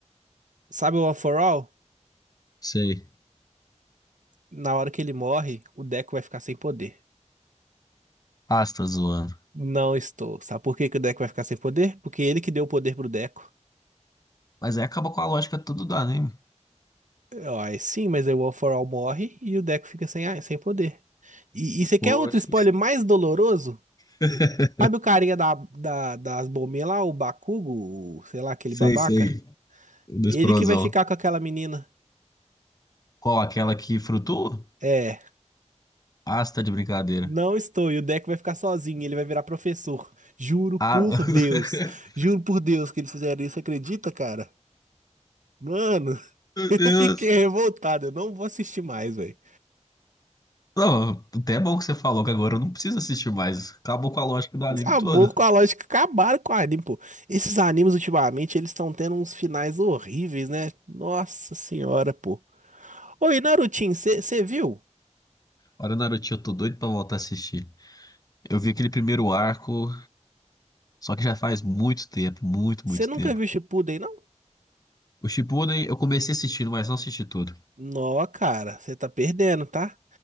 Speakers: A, on the right (about 85°); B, on the left (about 30°).
A: sabe o One For All?
B: Sei.
A: Na hora que ele morre, o Deco vai ficar sem poder.
B: Ah, você tá zoando.
A: Não estou. Sabe por que que o Deco vai ficar sem poder? Porque ele que deu o poder pro Deco.
B: Mas aí acaba com a lógica tudo do anime.
A: Ó, é sim, mas aí o All for All morre e o Deco fica sem, a- sem poder. E, e você quer
B: Poxa.
A: outro spoiler mais doloroso?
B: <laughs>
A: Sabe o carinha da, da, das bombinhas lá, o Bakugo, o- sei lá, aquele
B: Sei,
A: babaca?
B: sei. O da explosão.
A: Ele que vai ficar com aquela menina.
B: Qual? Aquela que frutua?
A: É,
B: Ah, você tá de brincadeira.
A: não estou. E o Deco vai ficar sozinho, ele vai virar professor. Juro por
B: Ah, <laughs>
A: Deus. Juro por Deus que eles fizeram isso, você acredita, cara? Mano, <laughs>
B: Meu
A: eu
B: Deus.
A: fiquei revoltado, eu não vou assistir mais, velho.
B: Não, até é bom que você falou que agora eu não preciso assistir mais. Acabou com a lógica do anime
A: Acabou
B: todo.
A: com a lógica, acabaram com o anime, pô. Esses animes ultimamente, eles estão tendo uns finais horríveis, né? Nossa senhora, pô. Oi, Narutinho, você viu?
B: Olha, Naruto, eu tô doido pra voltar a assistir. Eu vi aquele primeiro arco, só que já faz muito tempo, muito,
A: Você
B: muito
A: nunca
B: tempo.
A: viu Shippuden, não?
B: O Shippuden eu comecei assistindo, mas não assisti tudo.
A: Nó, cara, você tá perdendo, tá?